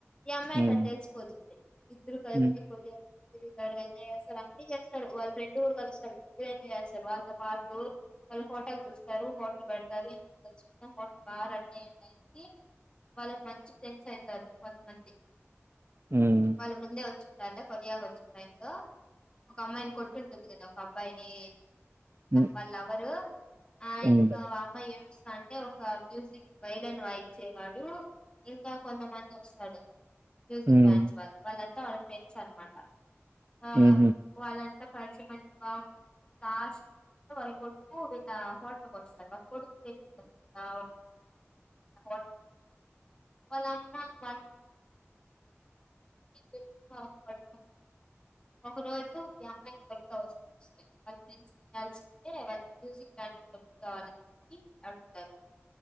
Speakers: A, on the left; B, on the right.
A: ఈ అమ్మాయి
B: మ్మ్
A: అద్ తెల్సిపోతుంది. ఇద్దరు కల్సి
B: మ్మ్
A: కొరియా తిరుగుతారు ఎంజాయ్ చేస్తారు అన్ని చేస్తారు వాళ్ళ ఫ్రెండ్ గుడా కలుస్తారు. ముగ్గురు ఎంజాయ్ చేస్తారు. వాళ్ళతో పాటు వాళ్ళు హోటల్ చూస్తారు హోటల్ పెడ్తారు. <inaudible> బాగా రన్ అయ్యే టైమ్కి వాళ్ళక్ మంచి ఫ్రెండ్స్ అయితారు కొంతమంది
B: మ్మ్
A: వాళ్ళు ముందే వచ్చుంటారు లే కొరియాకు వచ్చిన టైమ్లో ఒక అమ్మాయిని కొట్టుటుంది కదా అబ్బాయిని
B: మ్మ్
A: వాళ్ళ లవర్ ఆ
B: మ్మ్
A: ఇంకా అమ్మ ఏ అంటే ఒక మ్యూజిక్ వైలన్ వాయిచ్చేవాడు ఇంకా కొంతమంది వస్తారు మ్యూజిక్
B: మ్మ్ మ్మ్
A: బ్యాండ్స్ వాళ్ళు వాళ్ళంతా వాళ్ళ ఫ్రెండ్స్ అన్మాట. ఆ
B: మ్మ్ మ్మ్ మ్మ్ మ్మ్ మ్మ్ మ్మ్ మ్మ్ మ్మ్
A: వాళ్ళంతా పర్ఫామెన్స్ బాగుం లాస్ట్కు వాళ్ళ కొడుకు వీళ్ళ హోటల్కి వస్తారు వాళ్ళ కొడుక్ ఆ అవునా వాళ్ళ అమ్మ <inaudible> ఒకరోజు ఈ అమ్మాయి క్లబ్ అవసరం వస్తాయి. వాళ్ళ ఫ్రెండ్స్ వినాల్సుంటే వాళ్ళ మ్యూజిక్ బ్రాండ్ క్లబ్ కావాలని చెప్పి అడుగుతారు